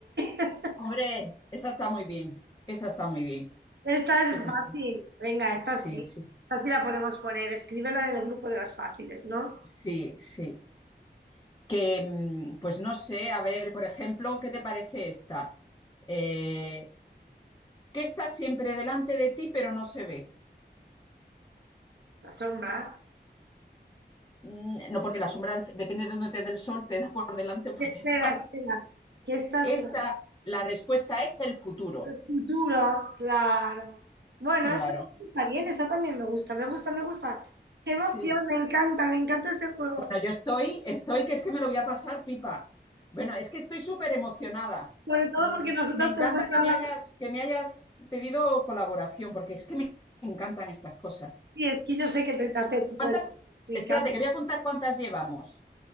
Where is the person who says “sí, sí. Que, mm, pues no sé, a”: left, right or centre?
Left